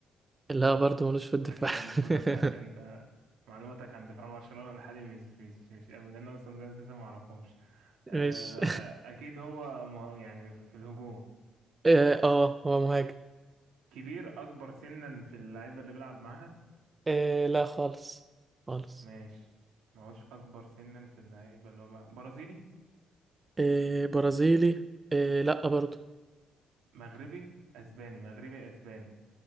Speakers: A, on the right (about 20°); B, on the right (about 85°).
A: لا برضه ملوش في الدفاع
B: أكيد مش مدافع
A: <laughs>
B: عشان أنت معلوماتك عن دفاع برشلونة الحالي مش مش مش قوي لأن أنا أصلا ده أساسا معرفهمش آه،
A: مش
B: آه، أكيد هو مه- يعني في الهجوم
A: <laughs> اه آه، هو مهاجم
B: كبير أكبر سنا في اللعيبة اللي بيلعب معاها
A: آه لا خالص خالص
B: ماشي معهوش اكبر سنا في اللعيبه اللي هو بقى برازيلي
A: آه برازيلي آه لا برضه
B: مغربي اسباني مغربي اسباني